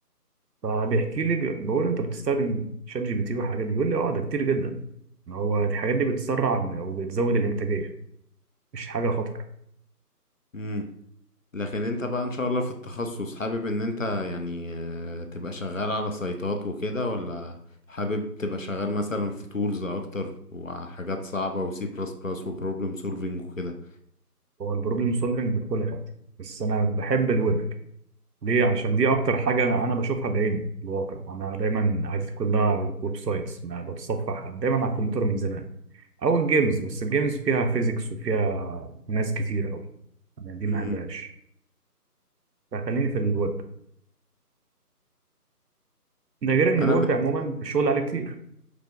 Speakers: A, on the right; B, on the left.
A: فبيحكي لي بي- بقول له انت بتستخدم شات جي بي تي والحاجات دي يقول لي اه ده كتير جدا ما هو الحاجات دي بتسرع م- وبتزود الانتاجيه مش حاجه خطر
B: امم لكن انت بقى ان شاء الله في التخصص حابب ان انت يعني آه، تبقى شغال على سايتات وكده ولا حابب تبقى شغال مثلا في تولز اكتر وحاجات صعبة وسي بلس بلس وبروبلم سولفينج وكده
A: هو البروبلم سولفنج بكل حاجه بس انا بحب الويب ليه علشان دي اكتر حاجه انا انا بشوفها بعيني في الواقع انا دايما عادتي كلها ويب سايتس انا بتصفح دايما على الكمبيوتر من زمان او الجيمز بس الجيمز فيها فيزيكس وفيها ناس كتير قوي انا دي
B: امم
A: ما بحبهاش فخليني في الويب ده غير ان الويب
B: انا بالنسبة
A: عموما الشغل عليه كتير